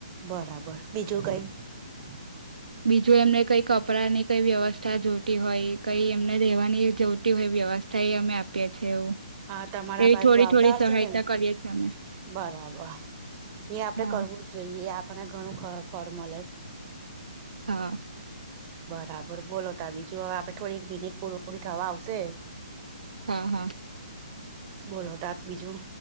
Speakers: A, on the right; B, on the right.
A: બરાબર બીજું કાઈ હ
B: બીજું એમને કઈ કપડાંની કઈ વ્યવસ્થા જોતી હોય કઈ એમને રહેેવાની જોતી હોય વ્યવ થ અમે આપીએ છે, એવું
A: હા તમારા
B: એવી
A: બાજુ
B: થોડી
A: આવતા
B: થોડી
A: હશે
B: સહાયતા
A: નેમ
B: કરીએ છીએ અમે
A: બરાબર એ આપડે
B: હા
A: કરવું જ જોઈએ એ આપણને ઘણું ખ ફળ મલે
B: હા.
A: બરાબર બોલો ત બીજું હવે આપણે થોડીક મિનિટ પૂર પૂરી થવા આવશે
B: હ હ.
A: બોલો તાત બીજું